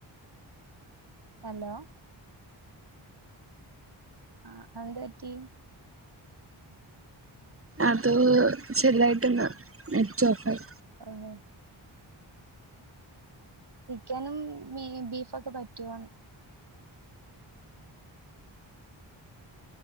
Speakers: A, on the right; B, on the right.
A: ഹലോ! ആ എന്ത പറ്റി?
B: അത് ചെറുതായിട്ടൊന്ന് നെറ്റ് ഓഫായി.
A: ഹലോ! ചിക്കനും ബീഫൊക്കെ പറ്റുവോന്ന്!?